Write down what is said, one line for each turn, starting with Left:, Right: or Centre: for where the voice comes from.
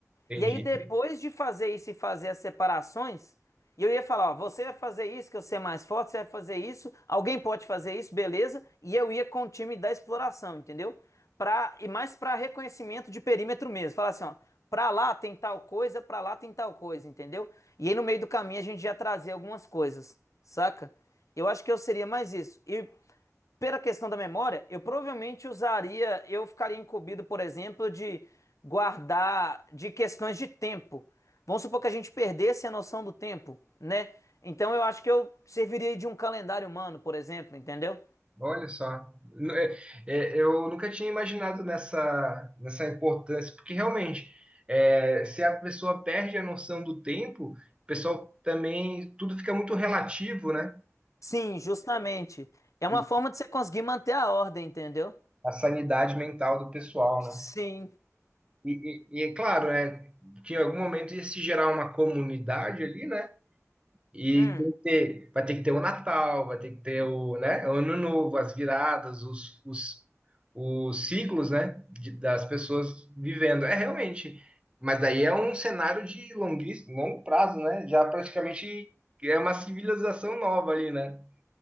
Right: Entendi.
Left: E aí, depois de fazer isso e fazer as separações, e eu ia falar: ó, você vai fazer isso, que eu ser mais forte, você vai fazer isso, alguém pode fazer isso, beleza. E eu ia com o time da exploração, entendeu? Pra, e mais para reconhecimento de perímetro mesmo. Falar assim: ó, pra lá tem tal coisa, pra lá tem tal coisa, entendeu? E aí, no meio do caminho, a gente já trazia algumas coisas, saca? Eu acho que eu seria mais isso. E pela questão da memória, eu provavelmente usaria, eu ficaria incumbido, por exemplo, de guardar de questões de tempo. Vamos supor que a gente perdesse a noção do tempo, né? Então eu acho que eu serviria de um calendário humano, por exemplo, entendeu?
Right: Olha só, N- é- é, eu nunca tinha imaginado nessa, nessa importância, porque realmente, é, se a pessoa perde a noção do tempo, o pessoal também, tudo fica muito relativo, né?
Left: Sim, justamente. É uma
Right: E
Left: forma de você conseguir manter a ordem, entendeu?
Right: a sanidade mental do pessoal,
Left: Sim.
Right: né? E, e- e é claro, né, que em algum momento ia se gerar uma comunidade ali, né? E
Left: Hum.
Right: tem que ter, vai ter que ter o Natal, vai ter que ter o, né, o Ano Novo, as viradas, os, os, os ciclos, né, de- das pessoas vivendo. É realmente, mas daí é um cenário de longuíssimo, longo prazo, né? Já praticamente é uma civilização nova ali, né?